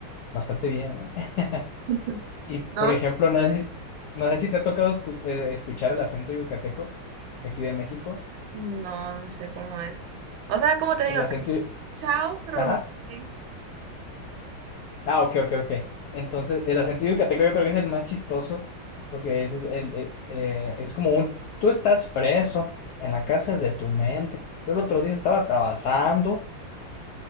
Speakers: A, on the left; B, on the right.
A: bastante bien, ¿no? <laughs>
B: <laughs>
A: Y, por
B: No
A: ejemplo, no sé si, no sé si te ha tocado escu- eh, escuchar el acento yucateco, de aquí de México,
B: No, no sé cómo es. O sea, como te digo,
A: el acento, yu-
B: chao, pero
A: ajá.
B: no sé.
A: Ah, ok, ok, ok. Entonces, el acento yucateco yo creo que es el más chistoso, porque es, el, el- eh, es como un, tú estás preso en la cárcel de tu mente. Yo el otro día estaba trabajando,